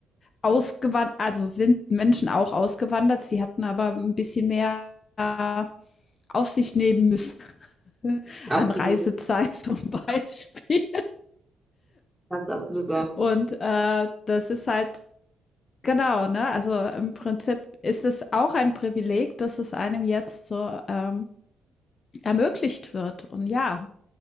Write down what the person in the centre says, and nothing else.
absolut.
Das ist absolut wahr.